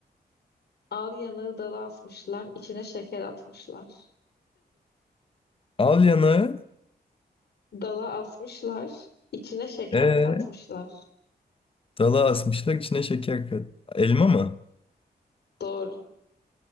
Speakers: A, on the left; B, on the left.
A: Al yanağı dala asmışlar, içine şeker atmışlar.
B: Al yanağı.
A: Dala asmışlar. içine şeker
B: Ee,
A: katmışlar.
B: dala asmışlar içine şeker kat. Elma mı?
A: Doğru.